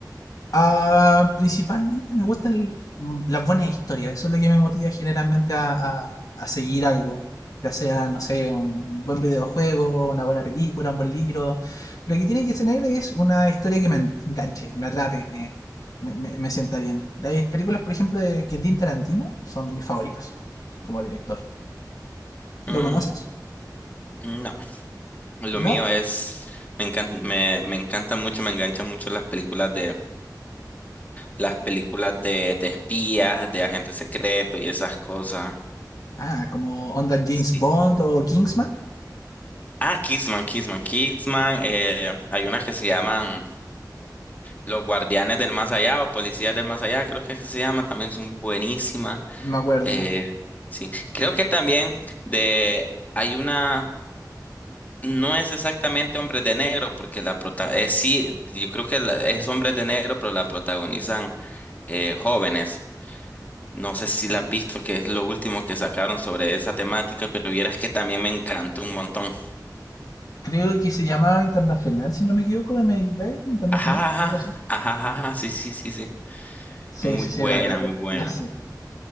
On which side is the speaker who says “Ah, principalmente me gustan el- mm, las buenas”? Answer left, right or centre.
Left